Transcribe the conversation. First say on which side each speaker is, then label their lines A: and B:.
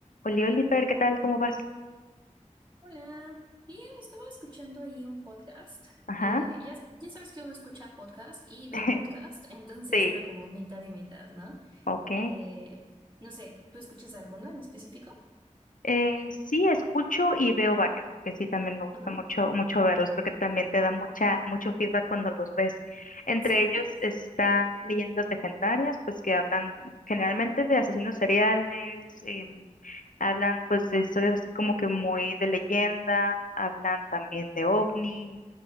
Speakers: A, on the left (about 85°); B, on the right (about 35°).
A: Oli, Oliver, ¿qué tal? ¿Cómo vas?
B: Hola, bien, Estaba escuchando ahí un podcast.
A: Ajá.
B: Eh, ya, ya sabes que uno escucha podcast y ve
A: <laughs>
B: podcast, entonces
A: Sí,
B: era como mitad y mitad, ¿no?
A: ok.
B: Eh, no sé, ¿tú escuchas alguno en específico?
A: Eh, sí, escucho y veo varios, porque sí, también me gusta
B: Ajá.
A: mucho, mucho verlos. Creo que también te da mucha, mucho feedback cuando los ves. Entre
B: Sí, ¿no?
A: ellos está Leyendas Legendarias, pues que hablan generalmente de asesinos seriales, em, hablan pues de historias así como que muy de leyenda, hablan también de ovnis,